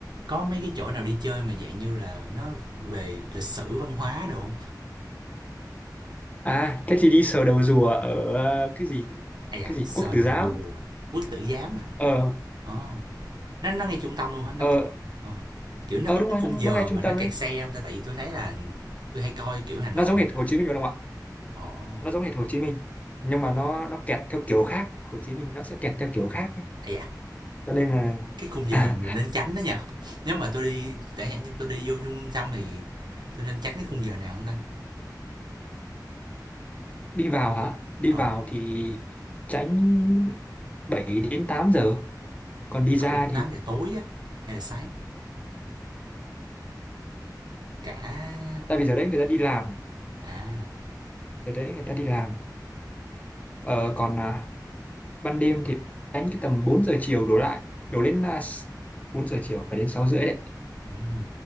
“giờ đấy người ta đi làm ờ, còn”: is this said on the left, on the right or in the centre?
Left